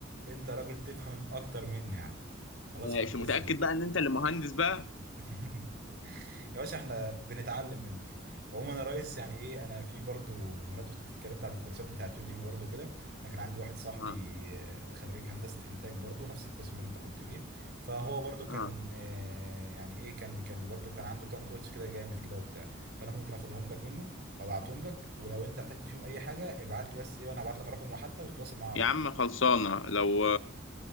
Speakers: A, on the right; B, on the left.
A: انت راجل تفهم اكتر مني يا عم خلاص
B: ماشي
A: في القصه
B: متأكد
A: دي
B: بقى ان انت اللي مهندس بقى
A: <laughs> يا باشا احنا بنتعلم منك عموما يا ريس يعني ايه انا في برضو بمناسبة انت اتكلمت عن الكورسات بتاعت يوديمي برضو وكده انا كان عندي واحد صاحبي
B: اه
A: آه، خريج هندسة انتاج برضو نفس القسم اللي انت كنت فيه فهو برضو كان
B: اه
A: آه، يعني ايه كان كان برضو كان عنده كام كورس كده جامد كده وبتاع فانا ممكن اخدهم لك منه ابعتهم لك ولو انت احتجت فيهم اي حاجة ابعت لي بس ايه وانا هبعت لك رقمه حتى وتتواصل معاه على
B: يا عم خلصانه لو